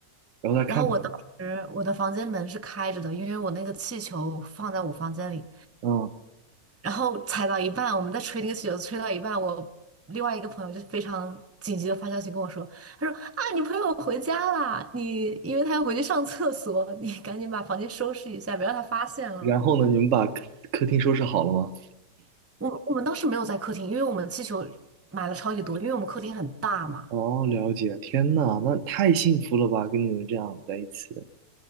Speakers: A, on the right; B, on the right.
A: 然后他看到
B: 然后我当时我的房间门是开着的，因为我那个气球放在我房间里，
A: 嗯，
B: 然后踩到一半，我们在吹那个气球，吹到一半，我另外一个朋友就非常紧急的发消息跟我说，他说啊，你朋友回家啦，你因为他要回去上厕所，你赶紧把房间收拾一下，别让他发现了。
A: 然后呢，你们把客客厅收拾好了吗？
B: 我我们当时没有在客厅，因为我们气球买了超级多，因为我们客厅很大嘛。
A: 哦，了解，天呐，那太幸福了吧，跟你们这样在一起。